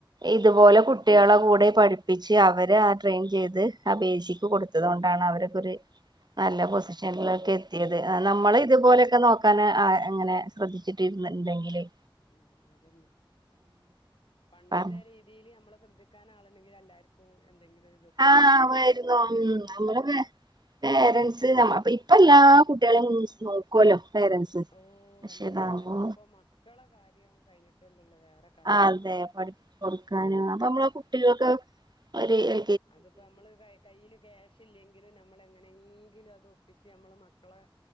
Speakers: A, on the right (about 50°); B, on the left (about 70°).
A: ഇതുപോലെ
B: ആഹ്
A: കുട്ട്യാളെ കൂടെ പഠി പ്പിച്ച് അവര് ആഹ് ട്രെയിൻ ചെയ്ത് ആ ബേസിക്ക്
B: ആഹ്
A: കൊടുത്തത് കൊണ്ടാണ് അവരോക്കൊരു നല്ല
B: അതെ
A: പൊസിഷനിലൊക്കെ
B: ഉം
A: എത്തിയത് നമ്മള്
B: ഉം
A: ഇതുപോലെയൊക്കെ നോ ക്കനാ അ അങ്ങനെ ശ്രദ്ധിച്ചിട്ട് ഇര്ന്ന്ട്ട്ണ്ടേങ്കിലേയ്
B: ഉം അതന്നെ പണ്ട്
A: പറഞ്ഞു
B: ഇതേ രീ തില് ഞമ്മളെ ശ്രദ്ധിക്കാനാളുണ്ടെങ്കി എല്ലാർക്കും എന്തെങ്കിലൊ
A: ആഹ് വരുന്നു ഉം നമ്മളെ പേ പേരൻസ്
B: ഉം
A: ഞമ്മളെ പ്പേ ഇ പ്പ എല്ലാ കുട്ട്യാളീം നോക്കുല്ലോ പേരൻസ്.
B: ഓഹ്
A: പക്ഷെ
B: എല്ലാർക്കുംപ്പ
A: ഇതാകുമ്പോ
B: മക്കളെ കാര്യം കയ്ഞ്ഞിട്ടെള്ളൊല്ലോ വേറെ കാ
A: ആഹ് അതെ പഠിപ്പിച്ച് കൊടുക്കാന് അപ്പൊ മ്മളെ കുട്ടികൾക്ക് അയ് ഒര് എ
B: അത്പ്പൊ അമ്മള് കൈ കയ്യില് ക്യാഷില്ലെങ്കിലും നമ്മളെങ്ങനെങ്കിലും അത് ഒപ്പിച്ച് നമ്മള് മക്കളെ